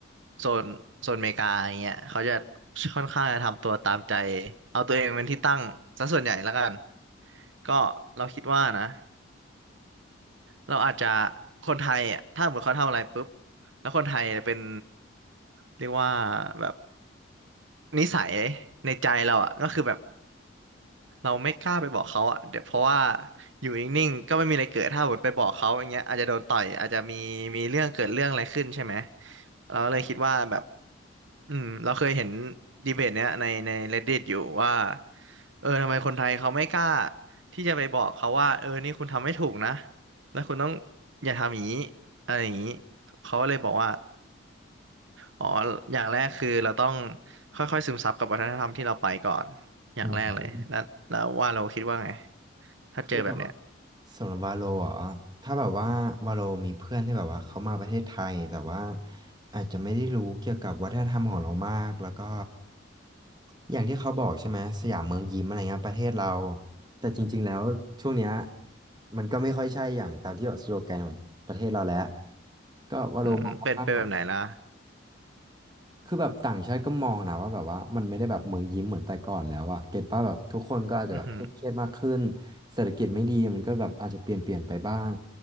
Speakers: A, on the right; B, on the right.
A: โซนโซนอเมริกาอย่างเงี้ยเขาจะค่อนข้างจะทำตัวตามใจเอาตัวเองเป็นที่ตั้งซะส่วนใหญ่แล้วกันก็เราคิดว่านะเราอาจจะคนไทยอ่ะถ้าสมมติเขาทำอะไรปุ๊บแล้วคนไทยเป็นเรียกว่าแบบ นิสัยในใจเราอ่ะก็คือแบบเราไม่กล้าไปบอกเขาอ่ะเดี๋ยวเพราะว่าอยู่นิ่งๆก็ไม่มีอะไรเกิดถ้าหมดไปบอกเขาอย่างเงี้ยอาจจะโดนต่อยอาจจะมีมีเรื่องเกิดเรื่องอะไรขึ้นใช่ไหมเราเลยคิดว่าแบบอืมเราเคยเห็นดีเบตเนี้ยในใน Reddit อยู่ว่าเออทำไมคนไทยเขาไม่กล้าที่จะไปบอกเขาว่าเออนี่คุณทำไม่ถูกนะแล้วคุณต้องอย่าทำอย่างนี้อะไรอย่างนี้เขาก็เลยบอกว่า อ๋ออย่างแรกคือเราต้องค่อยๆซึมซับกับวัฒนธรรมที่เราไปก่อน อย่างแรกเลย
B: อืม
A: แล้วแล้วว่าเราคิดว่าไง ถ้าเจอแบบเนี้ย
B: คือ สำหรับวาโลเหรอถ้าแบบว่าวาโลมีเพื่อนที่แบบว่าเขามาประเทศไทยแต่ว่าอาจจะไม่ได้รู้เกี่ยวกับวัฒนธรรมของเรามากแล้วก็อย่างที่เขาบอกใช่ไหมสยามเมืองยิ้มอะไรเงี้ยประเทศเราแต่จริงๆแล้วช่วงเนี้ยมันก็ไม่ค่อยใช่อย่างตามที่แบบสโลแกนของประเทศเราแล้วก็วาโลมองว่า
A: อืมเป็น เป็นแบบไหนล่ะ
B: คือแบบต่างชาติก็มองนะว่าแบบว่ามันไม่ได้แบบเมืองยิ้มเหมือนแต่ก่อนแล้วอะเก็ตป่ะแบบทุกคนก็อาจจะแบบเครียดมากขึ้น
A: อือหือ
B: เศรษฐกิจไม่ดีมันก็แบบอาจจะเปลี่ยนเปลี่ยนไปบ้าง